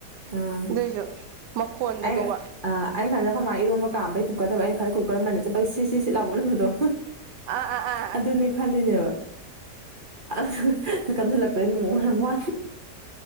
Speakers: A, on the right; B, on the right.
A: ꯎꯝ
B: ꯑꯗꯨꯏꯁꯨ ꯃꯈꯣꯟꯒꯗꯣꯕ
A: ꯑꯩ ꯑ ꯑꯩꯅ ꯈꯟꯂꯤꯁ‌ꯦ ꯑꯩꯈ‌ꯣꯏ ꯃꯥꯒꯤ ꯏꯔꯣꯝ ꯀꯥꯝꯕꯩ ꯀꯨꯀꯔꯗꯕ ꯑꯩꯅ ꯈꯟꯗ ꯀꯨꯀꯔ ꯃꯅꯤꯟ ꯆꯠꯄꯒꯤ ꯁꯤ ꯁꯤ ꯂꯥꯎꯕ ꯃꯅꯤꯟꯗ‌ꯣ
B: ꯑꯥ ꯑꯥ ꯑꯥ
A: ꯑꯗꯨꯅꯦ ꯈꯜꯂꯤꯅꯦꯕ ꯑꯗꯨꯒ ꯀꯟꯁꯤꯜꯂꯛꯄꯗꯩ ꯅ‌ꯣꯡ ꯃꯥꯟꯕ